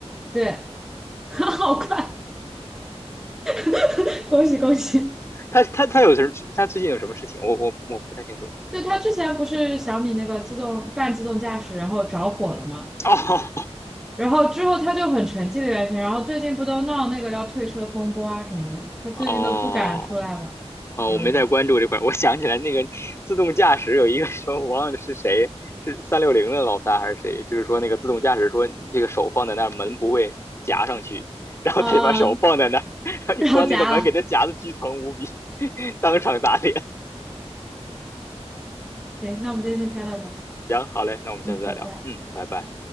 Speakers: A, in the centre; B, on the left.
A: 对，<laughs> 好快，<laughs> 恭喜恭喜！
B: 他他他有什么？他最近有什么事情？我我我不太清楚。
A: 就他之前不是小米那个自动半自动驾驶，然后着火了嘛，
B: 哦
A: 然后之后他就很沉寂的一段时间，然后最近不都闹那个要退车风波啊什么的，他最近都不敢出来了，
B: 哦哦，
A: 有一点儿，
B: 我没太关注这块儿。我想起来那个自动驾驶有一个说，我忘了是谁，是三六零的老大还是谁？就是说那个自动驾驶说这个手放在那儿，门不会夹上去，然后他就把手放在那儿，
A: 啊、<laughs>
B: 然后一关那个门，
A: 然后夹了。
B: 给他夹的巨疼无比，<laughs> 当场打脸。
A: 行，那我们今天先猜到这儿，
B: 行，好嘞，那我们下次再聊。
A: 嗯，拜拜。
B: 嗯，拜拜。